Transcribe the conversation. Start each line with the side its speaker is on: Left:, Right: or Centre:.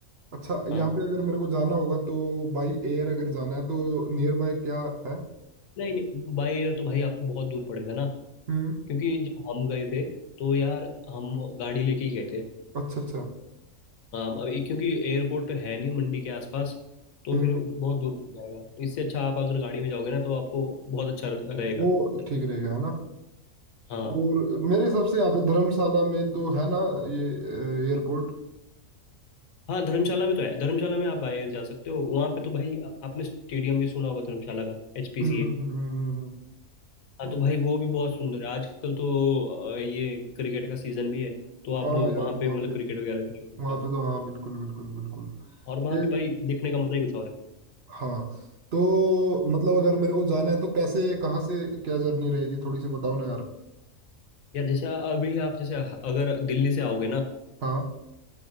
Right: अच्छा यहाँ
Left: हाँ
Right: पे अगर मेरे को जाना होगा तो बाई एयर अगर जाना है तो नियर बाय क्या है
Left: नहीं नहीं बाय एयर तो भाई आपको बहुत दूर पड़ेगा ना
Right: हम्म
Left: क्योंकि जब हम गए थे तो यार
Right: हम्म,
Left: हम गाड़ी लेके ही गए थे
Right: अच्छा अच्छा
Left: हाँ अब ये- क्योंकि एयरपोर्ट है नहीं मंडी के आसपास तो
Right: हम्म
Left: फिर बहुत दूर पड़ जाएगा तो इससे अच्छा आप अगर गाड़ी में जाओगे ना तो आपको बहुत अच्छा रहेगा
Right: वो ठीक रहेगा है ना
Left: हाँ
Right: और मेरे हिसाब से यहाँ पे धर्मशाला में तो है ना ये एयरपोर्ट
Left: हाँ धर्मशाला में तो है धर्मशाला में आप बाहर जा सकते हो वहाँ पे तो भाई आपने स्टेडियम भी सुना होगा धर्मशाला का एचपीसीए
Right: हम्म हम्म, हम्म, हम्म, हम्म,
Left: हाँ
Right: हम्म।
Left: तो भाई वो भी बहुत सुंदर है आजकल तो अ, ये क्रिकेट का सीजन भी है तो आप
Right: हाँ
Left: वो
Right: यार
Left: वहाँ
Right: वहाँ
Left: पे मतलब
Right: पे
Left: क्रिकेट वगैरह भी देख सकते
Right: वहाँ
Left: हो
Right: पे तो हाँ बिल्कुल बिल्कुल बिल्कुल
Left: और वहाँ
Right: ये
Left: पे भाई देखने का मजा ही कुछ और है
Right: हाँ तो मतलब अगर मेरे को जाना है तो कैसे कहाँ से क्या जर्नी रहेगी थोड़ी सी बताओ ना यार
Left: यार जैसे अभी आप जैसे अगर दिल्ली से आओगे ना
Right: हाँ